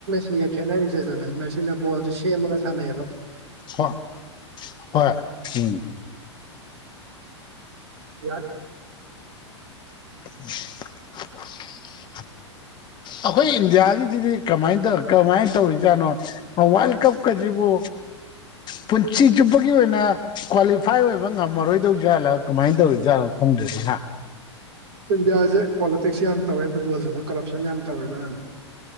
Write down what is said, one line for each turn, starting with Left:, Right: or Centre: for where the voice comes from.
Right: ꯁꯤꯗ ꯈꯦꯠꯅꯔꯤꯖꯦ ꯑꯗꯨꯅꯦ ꯃꯦꯁꯤꯅ ꯕꯣꯜꯖꯦ ꯁꯦꯝꯃꯒ ꯁꯥꯟꯅꯩ ꯑꯕ
Left: ꯍꯣ ꯍꯣꯏ ꯎꯝ
Right: ꯌꯥꯏ
Left: <inaudible>
Right: <inaudible>
Left: ꯑꯈꯣꯏ ꯏꯟꯗꯤꯌꯥꯒꯤꯗꯤꯗꯤ ꯀꯃꯥꯏꯅ ꯇꯧ ꯀꯃꯥꯏꯅ ꯇꯧꯔꯤꯖꯥꯠꯅꯣ ꯋꯥꯔꯜ ꯀꯞ ꯀꯖꯤꯕꯨ ꯄꯨꯟꯁꯤ ꯆꯨꯞꯄꯒꯤ ꯑꯣꯏꯅ ꯀ꯭ꯋꯥꯂꯤꯐꯥꯏ ꯑꯣꯏꯕ ꯉꯝꯃꯔꯣꯏꯗꯧ ꯖꯥꯠꯂꯥ ꯀꯃꯥꯏ ꯇꯧꯔꯤꯖꯥꯠꯅꯣ ꯐꯣꯡꯗ꯭ꯔꯁꯤꯍ
Right: ꯏꯟꯗꯤꯌꯥꯁꯦ ꯄꯣꯂꯤꯇꯤꯛꯁ ꯌꯥꯝ ꯇꯧꯋꯦ ꯐꯨꯠꯕꯣꯜꯗꯁꯨ ꯀꯔꯞꯁꯟ ꯌꯥꯝ ꯇꯧꯋꯦ ꯑꯗꯨꯅꯅꯦ